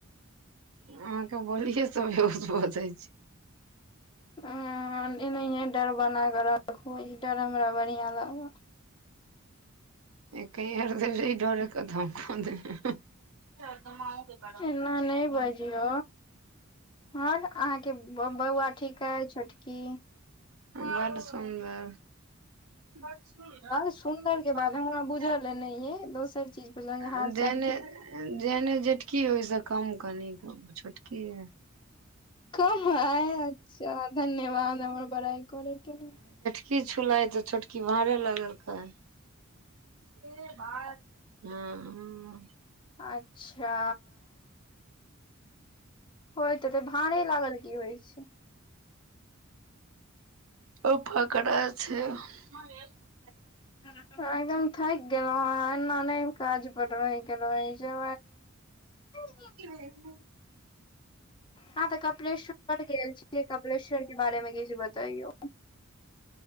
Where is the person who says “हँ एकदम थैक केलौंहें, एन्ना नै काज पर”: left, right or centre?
Left